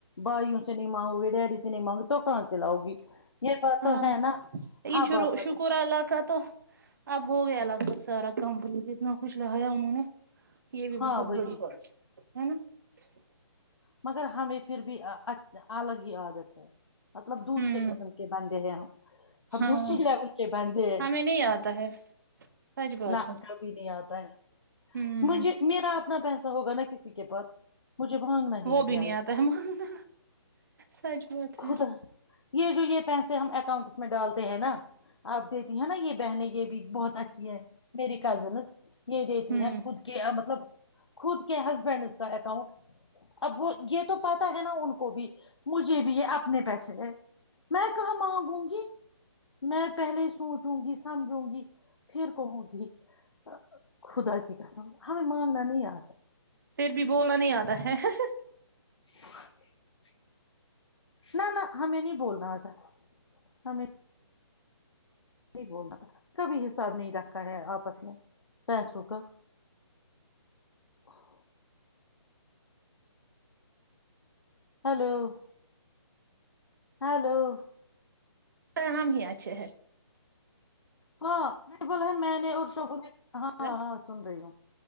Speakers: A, on the left; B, on the right.
A: بھائیوں سے نہیں مانگو گے ڈیڈی سے نہیں مانگوگے تو کہاں سے لاؤ گی یہ بات
B: ہاں
A: تو ہے نا
B: لیکن
A: اب
B: شروع
A: آپ
B: شکر اللہ کا تو اب ہو گیا لگبگ سارا کمپنی نہ کچھ لگایا انہوں نے یہ بھی
A: ہاں
B: بہت
A: وہی
B: بڑی بات ہے ہے نا <unintelligible>
A: مگر ہمیں پھر بھی الگ ہی عادت ہے مطلب دوسرے
B: ہوں
A: قسم کے بند بندے ہے ہم ہم
B: ہاں
A: دوسری لیول کے بندے ہے
B: ہمیں نہیں آتا ہے سچ بات
A: نہ
B: ہے
A: کبھی نہیں آتا ہے
B: ہوں
A: مجھے میرا اپنا پیسہ ہوگا نا کسی کے پاس مجھے مانگنا ہی
B: وہ بھی نہیں
A: آئے
B: آتا ہے مانگنا سچ بات ہے
A: خدا یہ جو یہ پیسے ہم اکاؤنٹس میں ڈالتے ہیں نا آپ دیتی ہے نا یہ بہنیں یہ بھی بہت اچھی ہے میری کزنز یہ دیتی
B: ہوں
A: ہیں خود کے مطلب خود کے ہسبینڈز کا اکاؤنٹ اب وہ یہ تو پتا ہے نا ان کو بھی مجھے بھی یہ اپنے پیسے ہے میں کہاں مانگوں گی میں پہلے سوچ <unintelligible> س جوں گی سمجوں گی پھر کہوں گی <unintelligible> خدا کی قسم ہمیں مانگنا نہیں آتا
B: پھر بھی بولا نہیں آ <unintelligible> اد <unintelligible>
A: ب <unintelligible> نہ نہ ہمیں نہیں بولنا ہوتا ہمیں نہیں بول رہ کبھی حساب نہیں رکھا ہے آپس میں پیسوں کا <unintelligible> ہلو <unintelligible> ہلو <unintelligible>
B: فر ہم ہی اچھے ہے <unintelligible>
A: ہاں میں بولا میں نے اور شب نے <unintelligible> ہاں
B: ہیلو
A: ہاں سن رہی ہوں